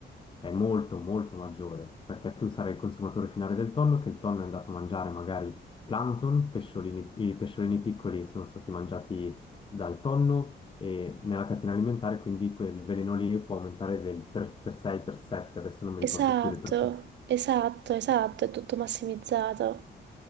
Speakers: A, on the left; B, on the right.
A: è molto molto maggiore, perché tu sarai il consumatore finale del tonno, che il tonno è andato a mangiare magari plankton, pesciolini, i pesciolini piccoli sono stati mangiati dal tonno e nella catena alimentare quindi quel veleno lì può aumentare del per, per 6, per 7, adesso non mi
B: esatto,
A: ricordo più le percentuali.
B: esatto, esatto, è tutto massimizzato.